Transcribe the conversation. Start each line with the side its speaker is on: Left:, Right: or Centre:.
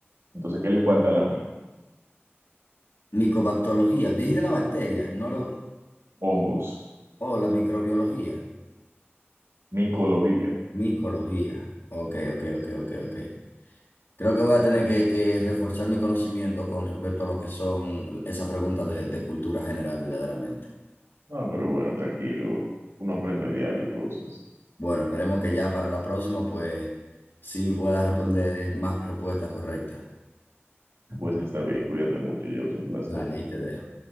Right: Entonces, ¿qué le falta a la mi?
Left: Micobactología. Dijiste la bacteria, no lo.
Right: Hongos,
Left: Oh, la microbiología.
Right: micología.
Left: Micología. Ok, ok, ok, ok, ok. Creo que voy a tener que, que reforzar mi conocimiento con respecto a lo que son esas preguntas de, de cultura general, verdaderamente.
Right: Ah, pero bueno, tranquilo. Uno aprende diario cosas. <laughs>
Left: Bueno, esperemos que ya para la próxima, pues, sí puedas responder más respuestas correctas.
Right: Pues está bien, cuídate mucho, yo, un placer.
Left: Dale, ahí te dejo.